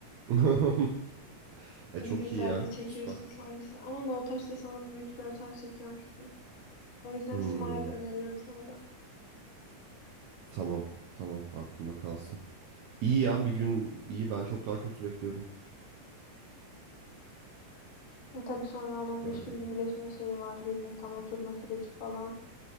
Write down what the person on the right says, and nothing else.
<laughs> E
çok
iyi ya.
Süper.
Hmm,
tamam. Tamam. Aklımda kalsın. İyi ya bir gün iyi ben çok daha kötü bekliyordum.
Güzel
güzel.